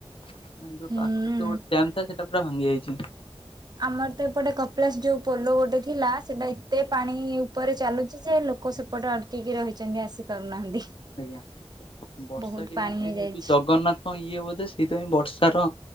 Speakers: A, on the left; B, on the right.
A: ଆମ ଯୋଉ
B: ହୁଁ
A: ପାଖ ସେଟା ଦାମ ପୁରା ଭାଙ୍ଗି ଯାଇଛି।
B: ଆମର ତ ଏପଟେ କପିଳାସ ଯୋଉ ପୋଲ ଗୋଟେ ଥିଲା ସେଟା ଏତେ ପାଣି ପରେ ଚାଲୁଛି ଯେ ଲୋକ ସେପଟେ ଅଟକିକି ରହିଛନ୍ତି ଆସି ପାରୁନାହାନ୍ତି।
A: ଆଜ୍ଞା ବର୍ଷା
B: ବହୁତ
A: କି
B: ପାଣି
A: ଜାଣ
B: ହେଇଯାଇଛି।
A: ଏଇ ଯଉ ଜଗନ୍ନାଥ। ହଁ ଇଏ ବୋଧେ ସେଇଥିପାଇଁ ବର୍ଷାର